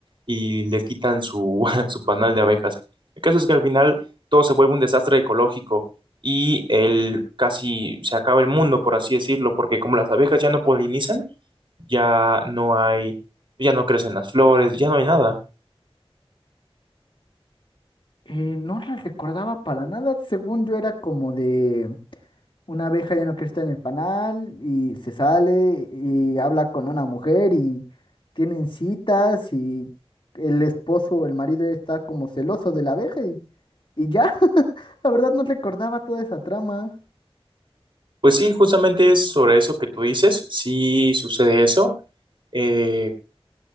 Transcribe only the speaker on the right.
y le quitan su, <laughs> su panal de abejas. El caso es que al final todo se vuelve un desastre ecológico y él casi se acaba el mundo, por así decirlo, porque como las abejas ya no polinizan, ya no hay, ya no crecen las flores, ya no hay nada.
Pues sí, justamente es sobre eso que tú dices, sí sucede eso, eh,